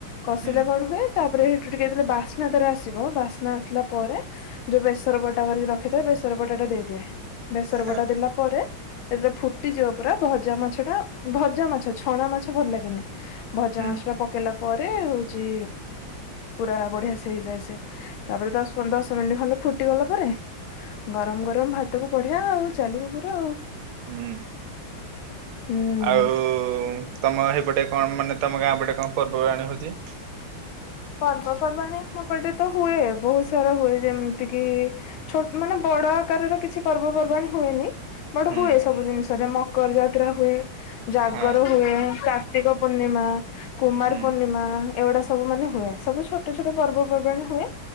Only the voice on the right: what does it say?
ହୁଁ
ହଁ
ହୁଁ
ହୁଁ
ଆଉ ତମ ସେଇପଟେ କଣ ମାନେ ତମ ଗାଁ ଗଟେ କଣ ପର୍ବପବାଣି ହଉଛି?
ହୁଁ
ହଁ
ହୁଁ